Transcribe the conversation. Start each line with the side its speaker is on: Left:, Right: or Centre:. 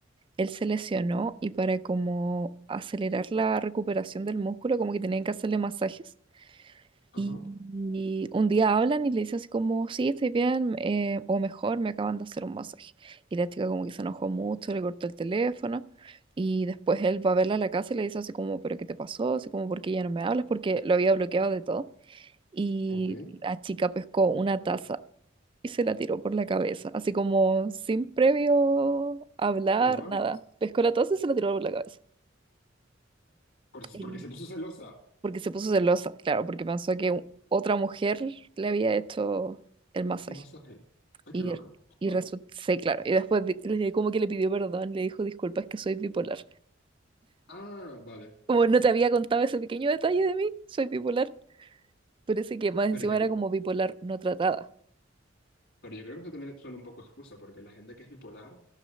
Right: él se lesionó y para como acelerar la recuperación del músculo, como que tenían que hacerle masajes.
Left: ajá.
Right: Y, y un día hablan y le dice así como, sí, estoy bien, eh, o mejor, me acaban de hacer un masaje. Y la chica como que se enojó mucho, le cortó el teléfono. Y después él va a verla a la casa y le dice así como, pero ¿qué te pasó? Así como, ¿por qué ya no me hablas? Porque lo había bloqueado de todo. Y
Left: Ok.
Right: la chica pescó una taza y se la tiró por la cabeza, así como sin previo hablar,
Left: What?
Right: nada. Pescó la taza y se la tiró por la cabeza.
Left: Por- si,
Right: Sí.
Left: porque se puso celosa.
Right: Porque se puso celosa, claro, porque pensó que u- otra mujer le había hecho el masaje.
Left: Un masaje. Ay,
Right: Y,
Left: qué loca.
Right: y
Left: <laughs>
Right: resulta, sí, claro. Y después di- le- como que le pidió perdón, le dijo, disculpa, es que soy bipolar.
Left: Ah, vale.
Right: Como no te había contado ese pequeño detalle de mí, soy bipolar. Parece que más encima
Left: Pero yo,
Right: era
Left: cre-
Right: como bipolar no tratada.
Left: pero yo creo que eso también suena un poco excusa, porque la gente que es bipolar